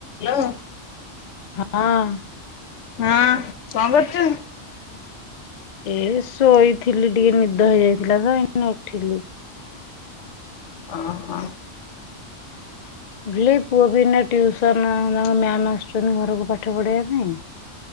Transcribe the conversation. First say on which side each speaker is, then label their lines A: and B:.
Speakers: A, on the left (about 70°); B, on the left (about 50°).
A: Hello.
B: ହଁ
A: ହଁ କଣ୍ କରୁଚୁ?
B: ଏ ଶୋଇଥିଲି ଟିକେ ନିଦ ହେଇଯାଇଥିଲା ତ ଏଇନେ ଉଠିଲି।
A: ଓହୋ।
B: ହିଲି ପୁଅ ବି ଏଇନା ଟ୍ୟୁସନ୍ ତାଙ୍କ ମ୍ୟାମ୍ ଆସୁଚନ୍ତି ଘରକୁ ପାଠ ପଢେଇବା ପାଇଁ